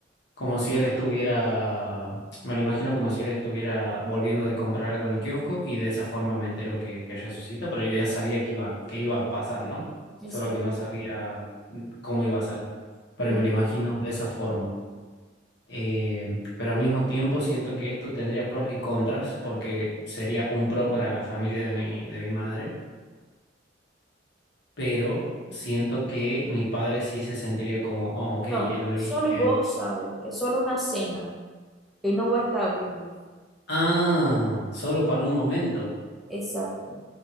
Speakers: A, on the left (about 60°); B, in the centre.
A: como si él estuviera, me lo imagino como si él estuviera volviendo de comprar algo en el kiosco y de esa forma me entero que, que resucita, pero yo ya sabía que iba, que iba a pasar, ¿no?
B: Exacto.
A: Solo que no sabía mm, cómo iba a ser, pero
B: Bien.
A: me lo imagino de esa forma. Eh, pero al mismo tiempo siento que esto tendría pros y contras porque sería un pro para la familia de mi, de mi madre pero siento que mi padre sí se sentiría como, oh, ok,
B: No,
A: él lo eligiste
B: solo vos
A: a él.
B: sabes, es solo una cena, que no va a estar vivo.
A: Ah, solo para un momento.
B: Exacto.